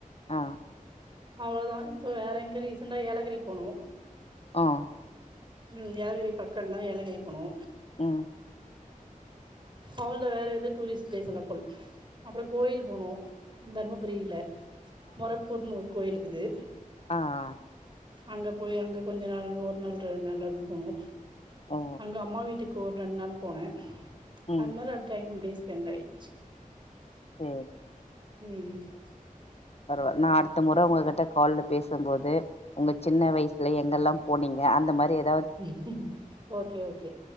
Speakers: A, on the left (about 45°); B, on the right (about 35°).
A: ஆ
B: அவ்ளோதா இப்ப வேற எங்க ரீசன்டா ஏலகிரி போனோ
A: ஆஹ்
B: உம் ஏலகிரி பக்கந்தா ஏலகிரி போனோ
A: உம்
B: அவ்ளதா வேற எது டூரிஸ்ட் பிளேஸ் எல்லா போல அப்புற கோயில் போனோ தருமபுரியில மொரப்பூர் நூர் கோயிலுக்குது
A: ஆஹ்ஹ்
B: அங்க போய் அங்க கொஞ்ச நாள் ஒரு நாள் ரெண் நாள் அப்டி போனோ
A: ஓ
B: அங்க அம்மா வீட்டுக்கு ஒரெண்டு நாள் போனே
A: ம்
B: அதுனால டைம் <unintelligible> ரண் ஆய்டுச்சு
A: சேரி
B: உம் ச் ச் ஹ
A: பரவாயில் நான் அடுத்த முறை உங்ககிட்ட கால்ல பேசும்போது உங்க சின்ன வயசுல எங்கெல்லாம் போனீங்க அந்த மாதிரி எது
B: ஹ ஓகே ஓகே